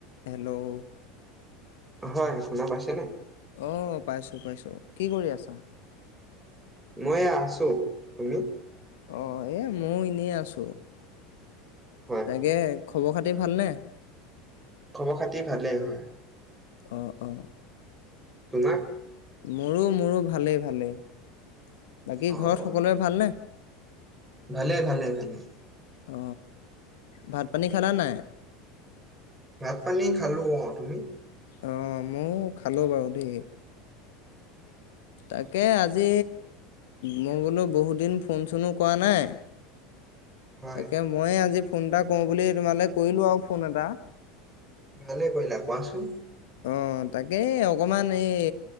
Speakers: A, on the left (about 70°); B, on the right (about 15°).
A: Hello
B: হয় শুনা পাইছেনে?
A: অ পাইছো পাইছো। কি কৰি আছা?
B: বহিয়া আছো। তুমি?
A: অ এ মইো এনেই আছো।
B: হয়
A: তাকে
B: হয়
A: খবৰ খাত তি ভালনে?
B: খবৰ খাতি ভালেই হয়।
A: অ অ
B: তোমাৰ?
A: মোৰো মোৰো ভালেই ভালেই। বাকী
B: অ
A: ঘৰত
B: অ
A: সকলোৰে ভালনে?
B: ভালে ভালে। তেনেকে
A: অ ভাত পানী খালা নাই?
B: ভাত পানী খালো অ। তুমি?
A: অ ময়ো খালো বাৰু দেই। তাকে আজি মই বোলো বহুত দিন ফোন চোনো কৰা নাই।
B: হয়
A: তাকে মই আজি ফোন এটা কও বুলি তোমালে কৰিলো আৰু ফোন এটা
B: ভালে কৰিলা কোৱাচোন।
A: অ তাকে অকমান এই